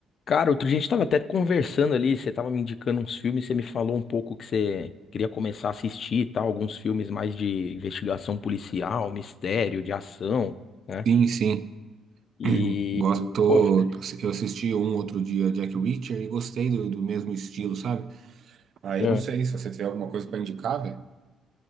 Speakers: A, on the left (about 60°); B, on the right (about 60°).
A: Cara, outro dia a gente tava até conversando ali, você tava me indicando uns filmes, você me falou um pouco que você queria começar a assistir e tal, alguns filmes mais de investigação policial, mistério, de ação, né?
B: Sim, sim.
A: E,
B: <clears throat> Gosto. tô-
A: pô, fica-
B: Eu assisti um outro dia Jack Reacher e gostei do, do mesmo estilo, sabe? Aí
A: é. é.
B: não sei se você tiver alguma coisa para indicar, velho.